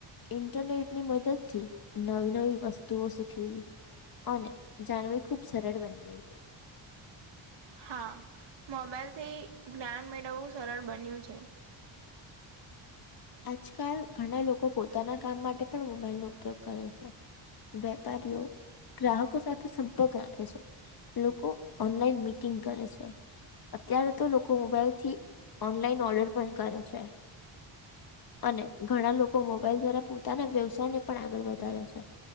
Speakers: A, on the left; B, on the right.
A: ઇન્ટરનેટની મદદ થી નવી-નવી વસ્તુઓ શીખવી અને જાણવી ખુબ સરળ બની ગઈ છે.
B: હા મોબાઈલ થી જ્ઞાન મેળવવું સરળ બન્યું છે.
A: આજકાલ ઘણા લોકો પોતાના કામ માટે પણ મોબાઈલનો ઉપયોગ કરે છે. વેપારીઓ ગ્રાહકો સાથે સંપર્ક રાખે છે. લોકો ઓનલાઈન મિટિંગ કરે છે. અત્યારે તો લોકો મોબાઈલ થી ઓનલાઈન ઓર્ડર પણ કરે છે. અને ઘણા લોકો મોબાઈલ દ્વારા પોતાના વ્યવસાય ને પણ આગળ વધારે છે.